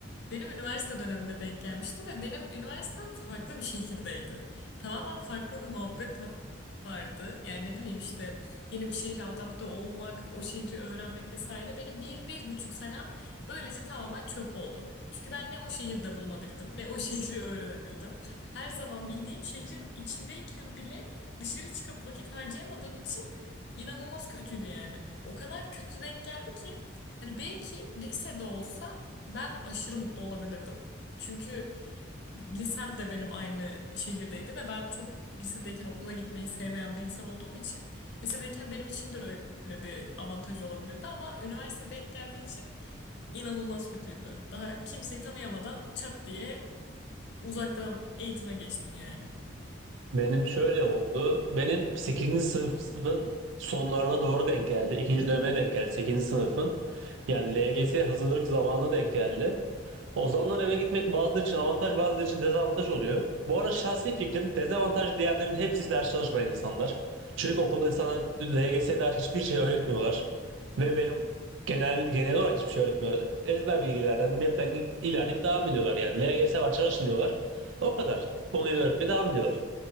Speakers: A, on the left; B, on the right.
A: Benim üniversite dönemime denk gelmişti ve benim üniversitem farklı bir şehirdeydi. Tamamen farklı bir muhabbet va- vardı. Yani ne bileyim işte yeni bir şehre adapte olmak, o şehri öğrenmek vesaire. Benim bir, bir buçuk senem böylece tamamen çöp oldu. Çünkü ben ne o şehirde bulunabildim, ne o <laughs> şehri öğrenebildim. Her zaman bildiğim şehrin içindeyken bile dışarı çıkıp vakit harcayamadığım için inanılmaz kötüydü yani. O kadar kötü denk geldi ki Hani belki lisede olsa ben aşırı mutlu olabilirdim. Çünkü lisem de benim aynı şehirdeydi ve ben çok lisedeyken okula gitmeyi sevmeyen bir insan olduğum için lisedeyken benim için de öyle bir avantaj olabilirdi ama üniversite denk geldiği için inanılmaz kötüydü. Daha kimseyi tanıyamadan çat diye Uzaktan eğitime geçtin yani.
B: Benim şöyle oldu. Benim sekizinci sınıfın sonlarına doğru denk geldi. 2. döneme denk geldi sekizinci sınıfın. Yani LGS hazırlık zamanına denk geldi. O zamanlar eve gitmek bazıları için avantaj bazıları için dezavantaj oluyor. Bu arada şahsi fikrim dezavantaj diyenlerin hepsi ders çalışmayan insanlar. Çünkü okulda insanlar LGS'ye dair hiçbir şey öğretmiyorlar. Ve benim genel genel olarak hiçbir şey öğretmiyorlar. Ezber bilgilerden, map'ten git- ilerleyip devam ediyorlar. Yani LGS var çalışın diyorlar. O kadar. Konuyu öğretmeye devam ediyorlar.